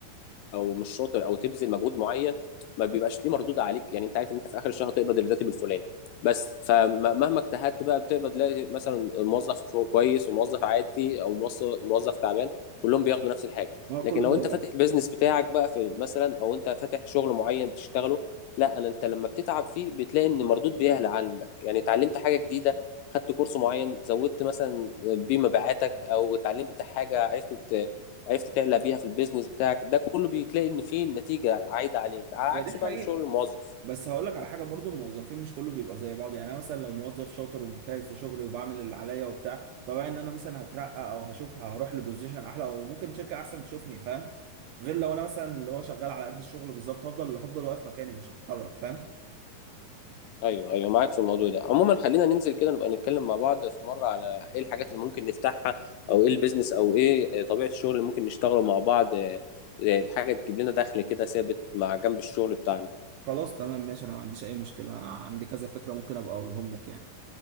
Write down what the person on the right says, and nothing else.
ما هو
كله
زي
بعض
هي
دي
حقيقة
بس هقول لك على حاجه برضو الموظفين مش كله بيبقى زي بعض يعني انا مثلا لو موظف شاطر ومجتهد في شغلي وبعمل اللي عليا وبتاع طبيعي ان انا مثلا هترقى او هشوف هروح لبوزيشن احلى او ممكن شركه احسن تشوفني فاهم غير لو انا مثلا اللي هو شغال على قد الشغل بالظبط هفضل اللي هفضل واقف مكاني مش هتحرك فاهم
خلاص تمام ماشي انا ما عنديش اي مشكله أنا عندي كذا فكره ممكن ابقى اقولهم لك يعني